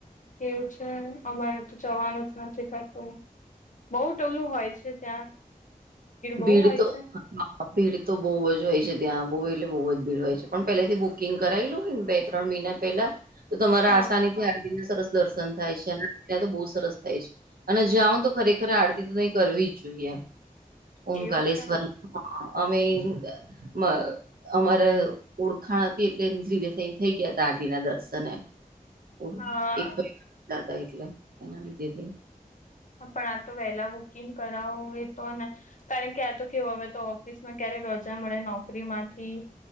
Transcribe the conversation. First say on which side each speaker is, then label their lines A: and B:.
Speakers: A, on the left; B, on the right.
A: એવું છે અમારે તો જવાનું જ નથી થતું. બઉ ટોલું હોય છે ત્યાં. બહુ
B: ભીડ
A: હોય
B: તો
A: છે
B: આ અ ભીડ તો બહુ જ હોય છે ત્યાં બહુ એટલે બહુ જ ભીડ હોય છે પણ પહેલાથી બુકિંગ કરાવેલું હોયને બે ત્રણ મહિના પેલા તો તમારા
A: હા
B: આસાની થી આરતી ની સરસ દર્શન થાય છે અને ત્યાં તો બહુ સરસ થાય છે. અને જાઉ તો ખરેખર આરતી તો તઈ કરવી જ જોઈએ. ઓમકાલેશ્વર
A: એવું છે
B: અમે દા માં અમારે ઓળખાણ હતી એટલે ધીરે થઈને થઈ ગયા હતા આરતી ના દર્શન એમ. ઓ
A: હા
B: એક <unintelligible> એટલે એના લીધે.
A: હ પણ આ તો વહેલા બુકિંગ કરાવું એ તો ને કારણ કે આ તો કેવો હવે તો ઓફિસમાં ક્યારે રજા મળે નોકરીમાંથી